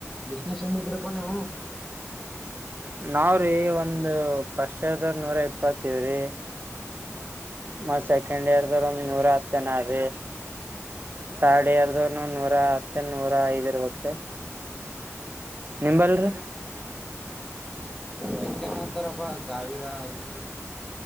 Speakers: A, in the centre; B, on the right.
A: ಎಷ್ಟ್ ಸೇಮ್ ಇದಿರಪ್ಪ ನೀವು
B: ನಾವ್ರೀ ಒಂದು ಪಸ್ದ ನೂರ ಇಪ್ಪತ್ತವ್ರಿ ಮ ಸೆಕೆಂಡ್ ಇಯರ್ ದವ್ರ ಒಂದ್ ನೂರ ಹತ್ತನೀ ಥರ್ಡ್ ಇಯರ್ದವನು ನೂರ ಹತ್ತ ನೂರ ಐದ್ ಇರ್ಬೇಕಕ್್ರೀ ನಿಂಬಲ್ರಿ
A: ಯಾಕೆ ಜನ ಇರ್ತಾರಪ್ಪಾ ಸಾವಿರ ಐದು